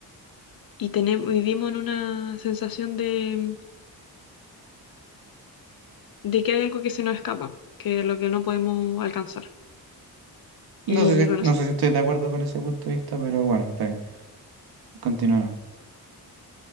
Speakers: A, on the left (about 60°); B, on the right (about 70°).
A: y tenemos, vivimos en una sensación de, de que hay algo que se nos escapa, que es lo que no podemos alcanzar.
B: No
A: Y
B: sé si,
A: bueno,
B: no
A: sí.
B: sé si estoy de acuerdo con ese punto de vista, pero bueno, está bien. Continuamos.